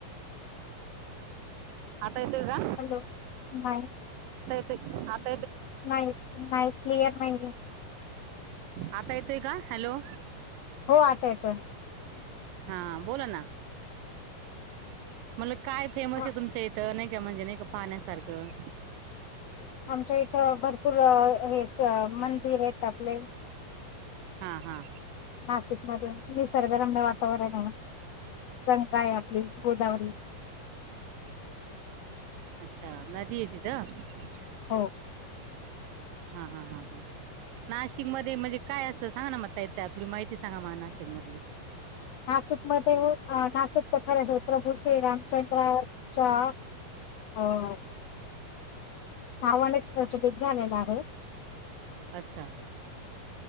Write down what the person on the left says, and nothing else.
<inaudible>
हॅलो नाही.
नाही नाही क्लियर नाही आहे.
हो आता येतोय.
अ,
आमच्या इथं भरपूर हे स मंदिर आहेत आपले
नासिक मधे निसर्गरम्य वातावरण आहे. गंगा ये आपली गोदावरी.
हो
नाशिकमध्ये नाशिक प्रभु श्री रामचंद्राच्या अ पावणे सुशोभित झालेला आहे.